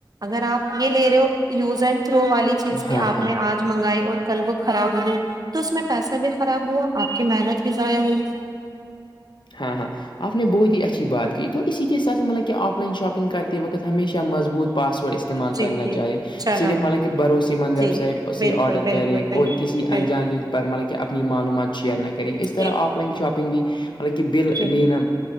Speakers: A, on the right; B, on the left.
A: اگر آپ یہ لے رہے ہو یوز اینڈ تھرو والی چیز کی
B: ہاں
A: آپ
B: ہاں
A: نے آج منگائی اور کل وہ خراب ہو گئی تو اس میں پیسہ بھی خراب ہوا آپ کی محنت بھی ضائع ہوئی
B: ہاں ہاں آپ نے بہت ہی اچھی بات کی تو اسی کے ساتھ مطلب کہ آف لائن شاپنگ کرتے وقت ہمیشہ مضبوط پاس تھوڑا استعمال
A: جی
B: کرنا
A: جی
B: چاہے
A: جی چلو
B: صرف مطلب کہ بھروسے مند ویب
A: جی
B: سائٹ اسے
A: بالکل
B: آرڈر
A: بالکل
B: کرے
A: بالکل
B: اور کسی
A: بالکل
B: انجان لنک پر مطلب کہ اپنی معلومات شیئر نہ کریں اس طرح
A: بالکل
B: آف لائن شاپنگ بھی حلکہ بل
A: جی
B: لینا